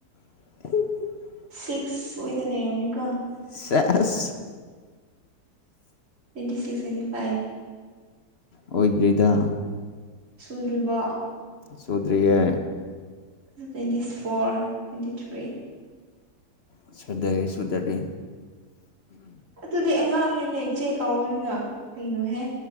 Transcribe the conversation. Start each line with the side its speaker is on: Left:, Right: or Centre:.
Left: <inaudible>
Right: ꯁꯤꯛꯁ ꯑꯣꯏꯗ ꯂꯩꯔꯝꯅꯤꯀꯣ
Left: ꯁꯦꯁ
Right: ꯇ꯭ꯋꯦꯟꯇꯤ ꯁꯤꯛꯁ ꯇ꯭ꯋꯦꯟꯇꯤ ꯐꯥꯏꯚ
Left: ꯑꯣꯏꯗ꯭ꯔꯤꯗ
Right: ꯁꯨꯗ꯭ꯔꯤꯕꯣ
Left: ꯁꯨꯗꯔꯤꯌꯦ
Right: ꯇ꯭ꯋꯦꯟꯇꯤ ꯐꯣꯔ ꯇ꯭ꯋꯦꯟꯇꯤ ꯊ꯭ꯔꯤ
Left: ꯁꯨꯗꯔꯦ ꯁꯨꯗꯔꯦ
Right: ꯑꯗꯨꯗꯤ ꯑꯉꯥꯡꯅꯤꯅꯦ ꯏꯆꯦ ꯀꯥꯎꯑꯣꯅ ꯀꯔꯤꯅꯣꯍꯦ